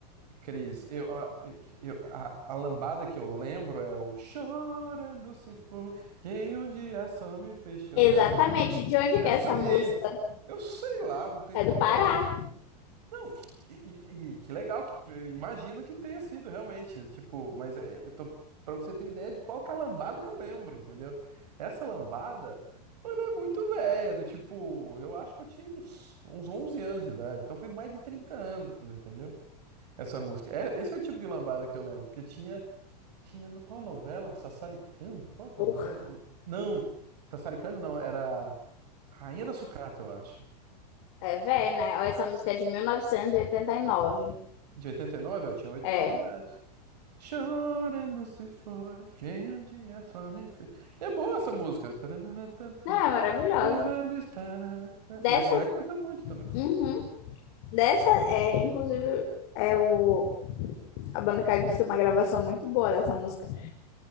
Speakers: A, on the right (about 75°); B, on the left (about 45°).
A: Cris, eu, a, eu- a, a lambada que eu lembro é o Chorando se for, quem um dia só me fez chorar.
B: Exatamente. De onde
A: Essa
B: que é essa
A: aí.
B: música?
A: Eu sei lá, não tenho
B: É
A: nem
B: do
A: ideia.
B: Pará.
A: Não, e, e- e que legal que eu imagino que tenha sido realmente, tipo, mas é, eu tô para você ter ideia de qual que é a lambada que eu lembro, entendeu? Essa lambada, mano, é muito velha, do tipo, eu acho que eu tinha uns, uns 11 anos de idade, então foi mais de 30 anos, entendeu? Essa música. É, esse é o tipo de lambada que eu lembro, porque tinha, tinha no qual novela? Sassaricando? Qual que
B: Por.
A: é a novela? Não, Sassaricando não, era Rainha da Sucata, eu acho.
B: É velha, né? Ó, Essa música é de 1989.
A: De 89 eu tinha oito
B: É.
A: anos de idade. Chorando se foi quem um dia só me fez. E é boa essa música. Tarananatantara,
B: Não, é maravilhosa.
A: Chorando estará.
B: Dessa,
A: E a mulher canta muito também.
B: uhum. Dessa, é, inclusive, é o, a banda calypso uma gravação muito boa dessa música.